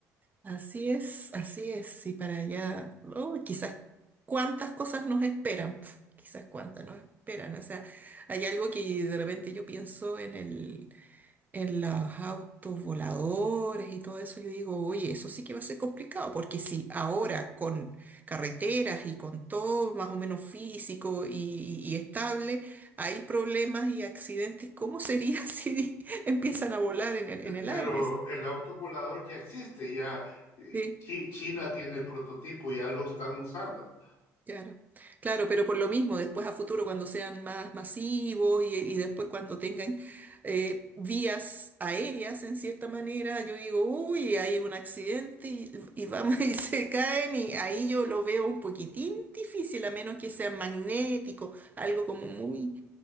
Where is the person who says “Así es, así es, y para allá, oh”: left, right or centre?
Right